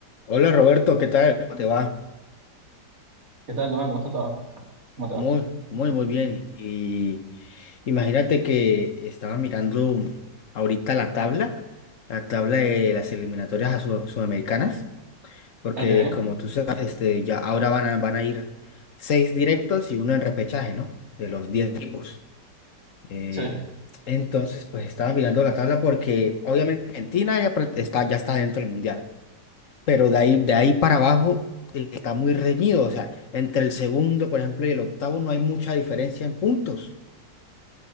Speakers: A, on the left; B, on the right.
A: Hola Roberto, ¿qué tal? ¿Cómo te va?
B: ¿Qué tal, Duan? ¿Cómo está todo? ¿Cómo te
A: Muy,
B: va?
A: muy, muy bien. Y imagínate que estaba mirando ahorita la tabla, la tabla de las eliminatorias a su- sudamericanas, porque
B: Ok,
A: como tú sabes, este, ya ahora van a, van a ir seis directos y uno en repechaje, ¿no? De los diez equipos. Eh,
B: sí,
A: entonces, pues estaba mirando la tabla porque obviamente Argentina ya, pra- está, ya está dentro del mundial. pero de ahí, de ahí para abajo eh, está muy reñido. O sea, entre el segundo, por ejemplo, y el octavo no hay mucha diferencia en puntos.